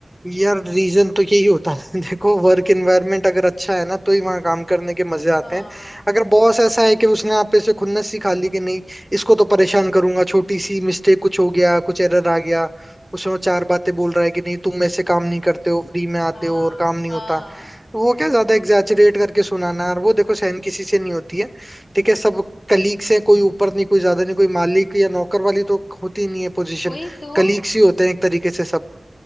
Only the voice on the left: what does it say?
हाँ
हम्म
हाँ
हाँ
वही तो